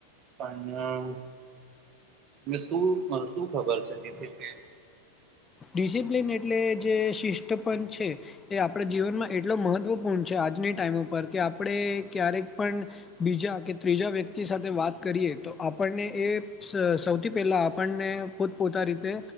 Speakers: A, on the right (about 35°); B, on the left (about 20°).
A: <unintelligible> તમને શું ખબર છે ડિસિપ્લિન
B: ડિસિપ્લન એટલે જે શિષ્ટપણ છે એ આપણા જીવનમાં એટલો મહત્ત્વપૂર્ણ છે આજની ટાઈમ ઉપર કે આપણે ક્યારેક પણ બીજા કે ત્રીજા વ્યક્તિ સાથે વાત કરીએ તો આપણને એ સૌથી પહેલા આપણને પોતપોતા રીતે